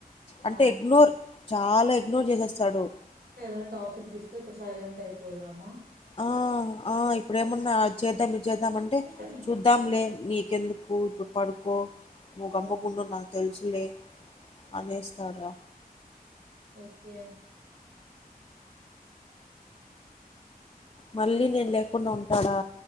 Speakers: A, on the right; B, on the left.
A: ఆ
B: అంటే ఎగ్నోర్ చాలా ఇగ్నోర్ చేసేస్తాడు
A: ఏదనా టాపిక్ తీస్తే సైలెంట్ అయిపోదామా
B: ఆ ఆ ఇప్పుడు ఏమన్నా చేేద్దా చేద్దాంటే
A: ఉమ్
B: చూద్దాంలే నీకెందుకు ఇప్పుడు పడుకో నువ్వు గమ్ముకుంటు
A: ఉమ్
B: నాకు తెలుసులే అనేస్తాడు రా
A: ప
B: మళ్ళీ నేను లేకుండా ఉంటాడా